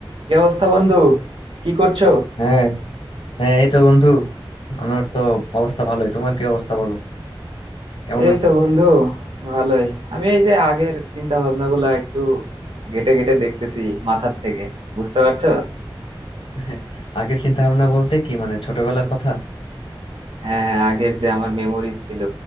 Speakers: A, on the right; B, on the left.
A: কি অবস্থা বন্ধু কি করছো
B: হ্যাঁ হ্যাঁ এই তো বন্ধু আমার তো অবস্থা ভালোই তোমার কি অবস্থা বলো কেমন
A: এই
B: আছো
A: তো বন্ধু ভালোই আমি এই যে আগের চিন্তা ভাবনা গুলা একটু ঘেটে ঘেটে দেখতেছি মাথার থেকে বুঝতে পারছো
B: <laughs> আগের চিন্তা ভাবনা বলতে কি মানে ছোটবেলার কথা
A: হ্যাঁ হ্যাঁ, আগের যে আমার মেমোরিজ ছিল